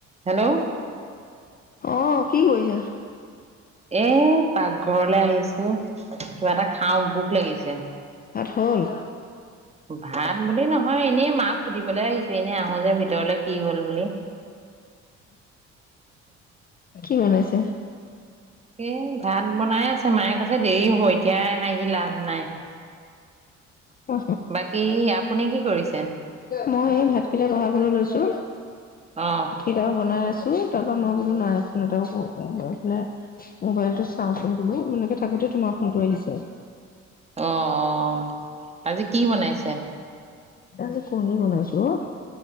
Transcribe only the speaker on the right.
Hello
এক পাকঘৰলে আহিছো কিবা এটা খাও ভোক লাগিছে।
ভাত বুলি নহয় এনেই মাক। ক সুধিবলৈ আহিছো এনেই আহো যে ভিতৰলে কি হল বুলি?
এ ভাত বনাই আছে মায়ে কৈছে দেৰি হ'ব এতিয়া আহি লাভ নাই।
বাকি আ আপুনি কি কৰিছে?
অঁ
অ অ আজি কি বনাইছে?